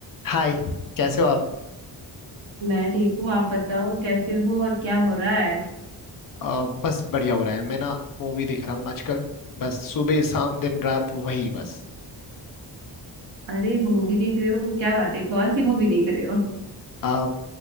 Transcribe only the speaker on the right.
मैं ठीक हूँ आप बताओ कैसे हो और क्या हो रहा है
अरे मूवी देख रहे हो क्या बात है कौन सी मूवी देख रहे हो <laughs>